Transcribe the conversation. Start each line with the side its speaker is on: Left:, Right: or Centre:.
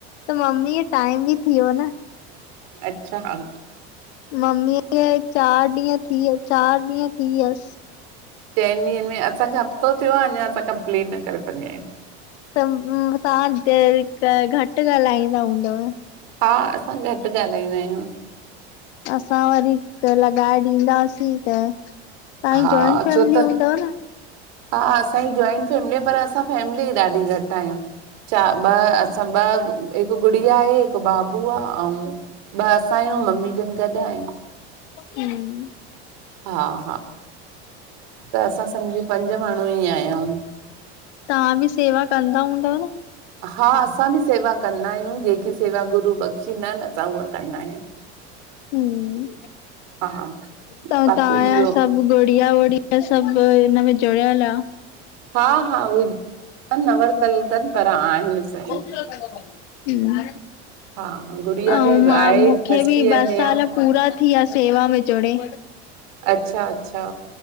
Left: त मम्मी टाइम बि थ वियो न।
Right: अच्छा हा?
Left: मम्मीअ खे चार ॾींहं, थ वि चारि ॾींहं थी वियसि।
Right: चइनि ॾींहंनि में। असांखे हफ़्तो थियो आहे अञा असां कंप्लीट न करे सघिया आहियूं।
Left: त तव्हां घटि ॻाल्हाईंदा हूंदव।
Right: हा असां घटि ॻाल्हाईंदा आहियूं।
Left: असां वरी लॻाए ॾींदासीं, त तव्हांजी
Right: हा
Left: जॉइंट फैमिली
Right: छो त
Left: हूंदव न?
Right: हा असांजी जॉइंट फैमिली आ पर असां फैमिली ॾाढी घटि आहियूं। चार ॿ असां ॿ हिकु गुड़िया आहे हिकु बाबू आहे ऐं ॿ असां आयूं, ममी जन गॾु आहिनि
Left: हम्म
Right: हा हा। त असां सम्झो पंज माण्हू ई आयायूं।
Left: तव्हां बि सेवा कंदा हूंदव न?
Right: हा असां बि सेवा कंदा आहियूं। जेकी सेवा गुरू बख़षींदा आहिनि, असां उहा कंदा आहियूं।
Left: हम्म,
Right: हा
Left: त
Right: बाक़ी
Left: तव्हां
Right: इहो
Left: आ सभु गुड़िया बड़िया ड़िया। ह सभु हिन में जुड़ियल आ
Right: हा हा। उहे न वरतलु अथनि पर आहिनि सभु।
Left: हम्म।
Right: हा गुड़िया
Left: ऐं
Right: बि
Left: मां
Right: आहे
Left: मूंखे
Right: फस्ट
Left: बि ॿ
Right: ईयर में
Left: साल
Right: आ
Left: पूरा थी विया सेवा में जुड़े।
Right: अच्छा अच्छा।